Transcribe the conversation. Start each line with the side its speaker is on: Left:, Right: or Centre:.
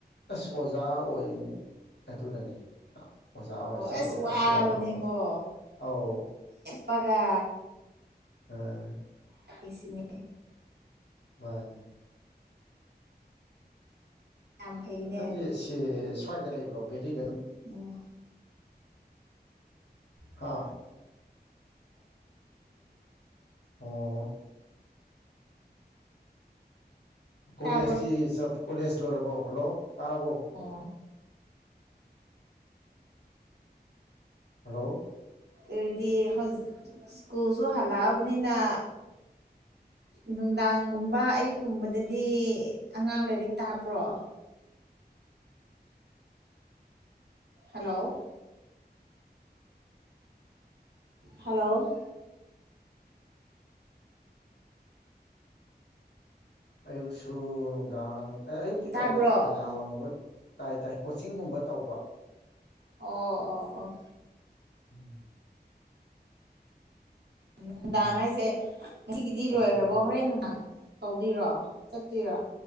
Left: ꯑꯁ ꯑꯣꯖꯥ ꯑꯣꯏ ꯑꯗꯨꯅꯅꯤ ꯑꯥ ꯑꯣꯖꯥ ꯑꯣꯏ ꯆꯠꯂꯨꯔꯒ
Right: ꯑꯁ ꯋꯥꯕꯅꯦꯀꯣ
Left: ꯍꯜꯂꯑꯒ ꯉꯍꯥꯛ ꯄꯣꯠꯊ ꯑꯧ
Right: ꯄꯒꯥ
Left: ꯑꯥ
Right: ꯁꯤꯅꯦ
Left: ꯃꯥꯅꯦ
Right: ꯌꯥꯝ ꯐꯩꯅꯦ
Left: ꯅꯪꯗꯤ ꯁꯤ ꯁ꯭ꯋꯥꯏꯗ ꯂꯩꯕ꯭ꯔꯣ ꯕꯦꯂꯤꯠ
Right: ꯑꯣ
Left: ꯍꯥ ꯑꯣ ꯀꯣꯂꯦꯖꯇꯤ
Right: ꯇꯥꯕ꯭ꯔꯣ
Left: ꯆꯞ ꯀꯣꯂꯦꯖ ꯂꯣꯏꯔꯕꯣ ꯍꯜꯂꯣ ꯇꯥꯔꯕꯣ
Right: ꯑꯣ
Left: ꯍꯜꯂꯣ
Right: ꯑꯗꯨꯔꯗꯤ ꯍꯧꯁ ꯁ꯭ꯀꯨꯜꯁꯨ ꯍꯜꯂꯛꯑꯕꯅꯤꯅ
Left: <inaudible>
Right: ꯅꯨꯡꯗꯥꯡꯒꯨꯝꯕ ꯑꯌꯨꯛꯀꯨꯝꯕꯗꯗꯤ ꯑꯉꯥꯡ ꯂꯥꯏꯔꯤꯛ ꯇꯥꯛꯄ꯭ꯔꯣ ꯍꯜꯂꯣ ꯍꯜꯂꯣ
Left: ꯑꯌꯨꯛꯁꯨ ꯅꯨꯡꯗꯥꯡ ꯑꯌꯨꯛꯀꯤ
Right: ꯇꯥꯕ꯭ꯔꯣ
Left: ꯇꯧꯗꯦ ꯅꯨꯡꯗꯥꯡ ꯋꯥꯏꯝꯒꯨꯝꯕ ꯇꯥꯏ ꯇꯥꯏ ꯀꯣꯆꯤꯡꯒꯨꯝꯕ ꯇꯧꯕ
Right: ꯑꯣ ꯑꯣ ꯑꯣ
Left: ꯎꯝ
Right: ꯅꯨꯡꯗꯥꯡ
Left: ꯎꯝ
Right: ꯍꯥꯏꯁꯦ ꯉꯁꯤꯒꯤꯗꯤ
Left: ꯀꯣꯆꯤꯡꯒꯨꯝꯕ
Right: ꯂꯣꯏꯈ꯭ꯔꯕꯣ ꯍꯣꯔꯦꯟ ꯅꯨꯡꯗꯥꯡ ꯇꯧꯗꯤꯔꯣ ꯆꯠꯇꯨꯏꯔꯣ